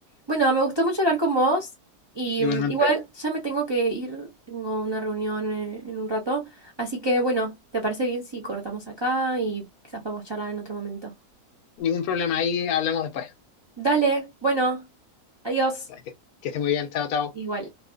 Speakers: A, on the right; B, on the left.
A: Bueno, me gustó mucho hablar con vos y
B: Igualmente.
A: mm, igual ya me tengo que ir, tengo una reunión eh, en un rato, así que bueno, ¿te parece bien si cortamos acá y quizás podemos charlar en otro momento?
B: Ningún problema, ahí hablamos después.
A: Dale, bueno, adiós.
B: Que, que esté muy bien, chao, chao.
A: Igual.